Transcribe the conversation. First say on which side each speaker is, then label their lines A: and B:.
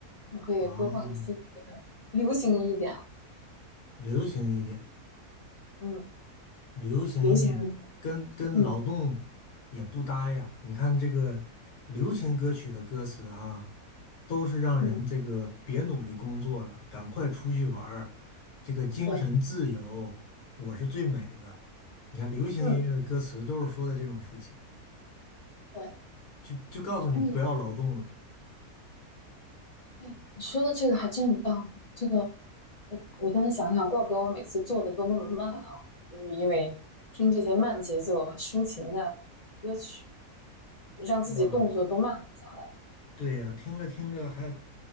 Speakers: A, on the left; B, on the left.
A: 我可以播放一些这个流行一点啊，
B: 哦，流行一点，
A: 嗯。
B: 流行一点，
A: 流行音乐，
B: 跟跟劳动也不搭呀。
A: 嗯
B: 你看这个流行歌曲的歌词啊，都是让人这个别努力工作了，
A: 嗯，
B: 赶快出去玩儿，这个精神自由，
A: 对，
B: 我是最美的。你看流行音乐的歌词都是说的这种事情，
A: 嗯对，
B: 就就告诉你不要劳动了，
A: 那你哎你说的这个还真有道理。这个我我现在想想，怪不得我每次做的都那么慢啊，就是因为听这些慢节奏啊、抒情的歌曲，让自己动作都慢了下来。
B: 是吧？对呀，听着听着还，